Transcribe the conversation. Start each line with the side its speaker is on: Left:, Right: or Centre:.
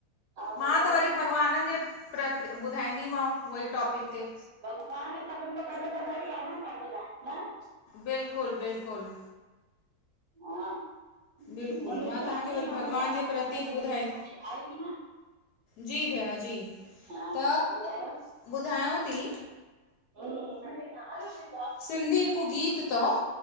Right: हा
Left: मां
Right: ॿुधायो
Left: त वरी भॻवाननि जे प्रति ॿुधाईंदी मांव उह ई टॉपिक ते।
Right: तव्हाणे सभिनि खां पहले त ऊहो ई आहे न असांजे लाइ न।
Left: बिल्कुल बिल्कुल।
Right: हा।
Left: बिल्कुलु
Right: उने
Left: मां
Right: जी
Left: तव्हांखे
Right: आसीसा
Left: वरी भॻवान
Right: हमेशा
Left: जे प्रतीक
Right: मथे ते हुजेस
Left: ॿुधाए
Right: भले, आहे की न?
Left: जी भेण जी
Right: हा
Left: त
Right: हा ॿुधायो
Left: ॿुधायांव ती।
Right: ह <unintelligible>
Left: सिंधी हिकु गीत त